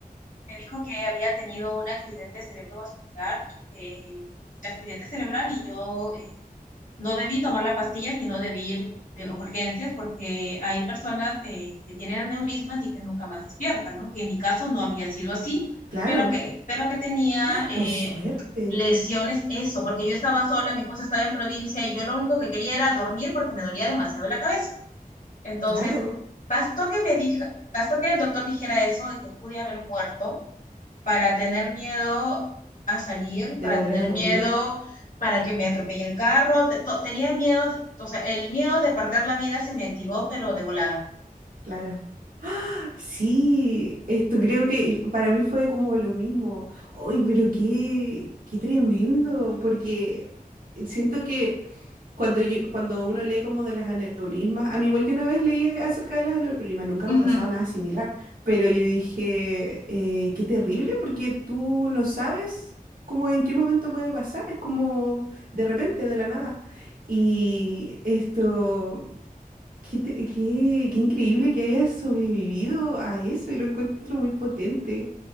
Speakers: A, on the left; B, on the right.
A: me dijo que había tenido un accidente cerebrovascular y que accidente cerebral y yo eh, no debí tomar la pastilla, sino debí ir de urgencias porque hay personas eh, que tienen aneurismas y que nunca más despiertan, ¿no? Que en mi caso no había sido así,
B: claro.
A: pero que, pero que tenía
B: ¡Ah!
A: eh,
B: Por suerte,
A: lesiones, eso, porque yo estaba sola, mi esposa estaba en provincia y yo lo único que quería era dormir porque me dolía demasiado la cabeza. Entonces,
B: claro.
A: bastó que me dijo, bastó que el doctor dijera eso de que pude haber muerto para tener miedo a salir, para
B: De volver
A: tener
B: a dormir,
A: miedo para que me atropelle el carro. Te- to- Tenía miedo, o sea, el miedo de perder la vida se me activó, pero de volada.
B: claro. ¡Ah! Sí, esto creo que para mí fue como lo mismo. ¡Ay, pero qué, qué tremendo! Porque siento que Cuando, yo- cuando uno lee como de las aneurismas, a mí igual yo una vez leí acerca de las aneurismas, nunca me
A: Ujú.
B: ha pasado nada similar, pero yo dije, eh, qué terrible, porque tú no sabes cómo en qué momento puede pasar, es como de repente, de la nada. Y esto, qué, te- qué, qué increíble que hayas sobrevivido a eso y lo encuentro muy potente.